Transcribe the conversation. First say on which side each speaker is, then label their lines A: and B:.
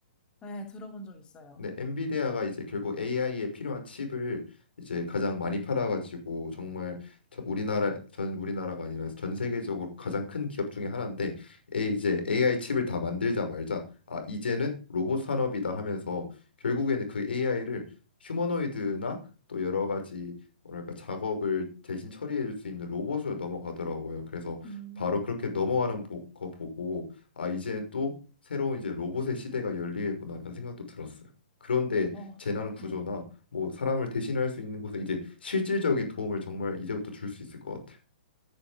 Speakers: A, on the left; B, on the left.
A: 네, 들어본 적 있어요.
B: 근데 엔비디아가 이제 결국 AI에 필요한 칩을 이제 가장 많이 팔아가지고 정말 저- 우리나라 전 우리나라가 아니라 전 세계적으로 가장 큰 기업 중에 하나인데 에 이제 AI 칩을 다 만들자 말자 아 이제는 로봇 산업이다 하면서 결국에는 그 AI를 휴머노이드나 또 여러 가지 뭐랄까 작업을 대신 처리해 줄 수 있는 로봇으로 넘어가더라고요. 그래서
A: 음.
B: 바로 그렇게 넘어가는 보- 거 보고 아 이제 또 새로운 이제 로봇의 시대가 열리겠구나라는 생각도 들었어요. 그런데
A: 어,
B: 재난 구조나
A: 네.
B: 뭐 사람을 대신할 수 있는 곳에 이제 실질적인 도움을 정말 이제부터 줄 수 있을 것 같아요.